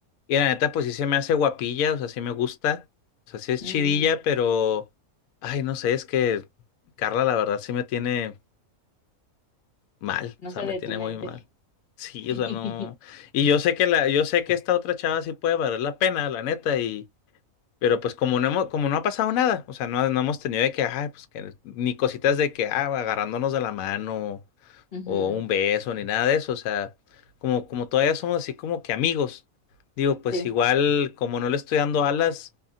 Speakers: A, on the left; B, on the left.
A: y la neta pues sí se me hace guapilla, o sea, sí me gusta, o sea, sí es
B: Mm,
A: chidilla, pero, ay, no sé, es que Carla la verdad sí me tiene... Mal,
B: no
A: o sea,
B: sale
A: me
B: de
A: tiene
B: tu mente.
A: muy mal. Sí,
B: <laughs>
A: o sea, no. Y yo sé que la, yo sé que esta otra chava sí puede valer la pena, la neta, y, pero pues como no hemos, como no ha pasado nada, o sea, no, no hemos tenido de que, ay, pues que, ni cositas de que, ah, agarrándonos de la mano,
B: Ujú,
A: o un beso, ni nada de eso. O sea, como, como todavía somos así como que amigos. Digo, pues
B: Sí.
A: igual, como no le estoy dando alas,